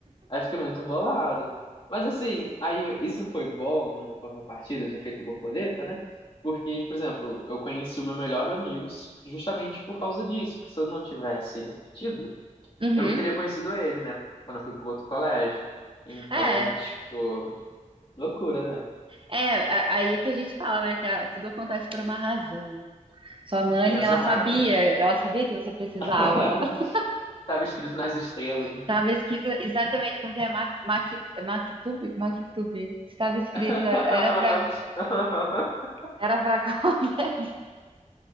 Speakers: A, on the left; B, on the right.
A: Aí eu fiquei muito bolado. Mas assim, aí isso foi bom numa contrapartida de efeito borboleta, né? Porque, tipo, por exemplo, eu conheci o meu melhor amigo justamente por causa disso. Porque se eu não tivesse repetido,
B: Uhum.
A: eu não teria conhecido ele, né? Quando eu fui pro outro colégio. Então,
B: É,
A: tipo, loucura, né?
B: é, a- aí que a gente fala, né? Que a- tudo acontece por uma razão. Sua mãe,
A: Exato.
B: ela sabia, ela sabia que você precisava.
A: <laughs>
B: <laughs>
A: Tava escrito nas estrelas, né?
B: Estava escrito exatamente como que é Ma- Maqui- é Maktub, Maktub. Estava escrito,
A: <laughs>
B: era pra, era pra <laughs> qualquer.